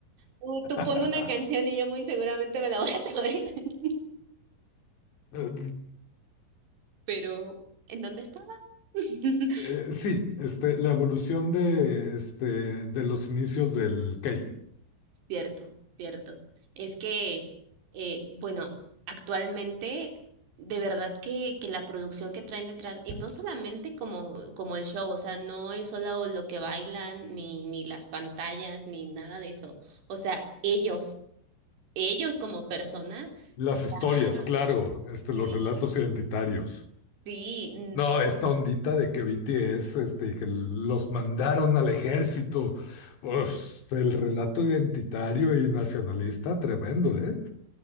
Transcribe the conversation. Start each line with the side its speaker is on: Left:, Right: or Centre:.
Right: Uh, tú
Left: <laughs>
Right: pon una canción y yo muy seguramente me la voy a saber. <laughs>
Left: Eh,
Right: Pero, ¿en dónde estaba? <laughs>
Left: eh, sí, este, la evolución de, este, de los inicios del Kei.
Right: Cierto, cierto. Es que, eh, bueno, actualmente, de verdad que, que la producción que traen detrás, y no solamente como, como el show, o sea, no es solo lo que bailan, ni, ni las pantallas, ni nada de eso. O sea, ellos, ellos como persona,
Left: Las historias,
Right: ah,
Left: claro, este,
Right: sí,
Left: los relatos identitarios.
Right: sí, n-
Left: No, esta ondita de que BTS, este, y que los mandaron al ejército. Uf, el relato identitario y nacionalista, tremendo, ¿eh?